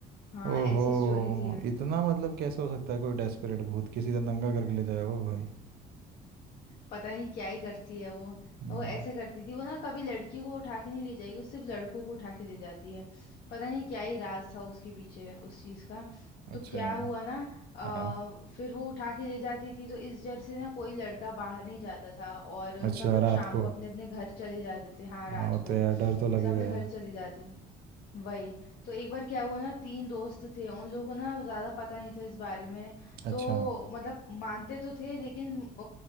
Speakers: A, on the left; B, on the right.
A: हाँ
B: ओहो
A: ऐसी स्टोरी थी
B: इतना मतलब कैसे हो सकता है कोई डेस्परेट भूत किसी से नंगा करके ले जाए ओ भाई
A: पता नहीं क्या ही करती है वो
B: हम्म
A: वो ऐसे करती थी वो ना कभी लड़की को उठा के नहीं ले जाएगी वो सिर्फ लड़कों को उठा के ले जाती है पता नहीं क्या ही राज था उसके पीछे उस चीज का
B: अच्छा
A: तो क्या हुआ ना अ,
B: हाँ
A: फिर वो उठा के ले जाती थी तो इस डर से ना कोई लड़का बाहर नहीं जाता था और
B: अच्छा
A: सब लोग
B: रात
A: शाम
B: को
A: को अपने अपने घर चले जाते थे हाँ
B: हाँ
A: रात
B: वो
A: को
B: तो यार डर तो लगेगा
A: सब अपने
B: यार
A: घर चले जाते थे वही तो एक बार क्या हुआ ना तीन दोस्त थे उन लोगों को ना ज्यादा पता नहीं था इस बारे में
B: अच्छा
A: तो मतलब मानते तो थे लेकिन अ,